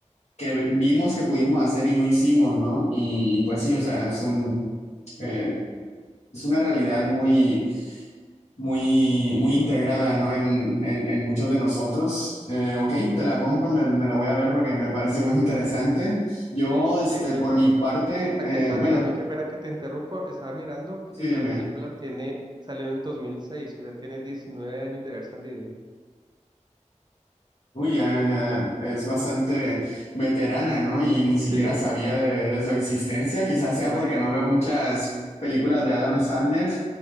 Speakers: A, on the left; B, on the right.
A: que vimos que pudimos hacer y no hicimos, ¿no? Y, y pues sí, o sea, es un, eh, es una realidad muy, muy, muy integrada, ¿no? En, en, en muchos de nosotros. Eh, ok, te la compro, me, me la voy a ver porque me pareció muy interesante. Yo,
B: Y,
A: este,
B: y aquí,
A: por mi parte,
B: Aquí
A: eh,
B: estaba
A: bueno,
B: mirando, qué pena que te interrumpa, estaba mirando que
A: Sí,
B: la
A: dime.
B: película tiene, salió en el 2006, o sea, tiene 19 años de haber salido.
A: Uy, ya, ya es bastante veterana, ¿no? Y ni siquiera
B: Sí,
A: sabía de, de su existencia. Quizás sea
B: bueno,
A: porque
B: ahí la,
A: no veo muchas películas de Adam Sandler,